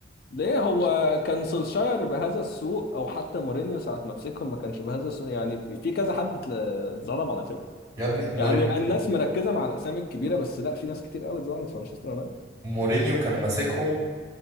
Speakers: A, on the left (about 50°); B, on the right (about 15°).
A: ليه هو كان سولشاير بهذا السوء أو حتى مورينيو ساعة ما مسكهم ما كانش بهذا السوء يعني في كذا حد اتل- اتظلم على فكرة
B: يا ابني مورينيو
A: يعني الناس مركزة مع الأسامي الكبيرة بس لا في ناس كتير قوي اتظلمت في مانشستر يونايتد
B: مورينيو كان ماسكهم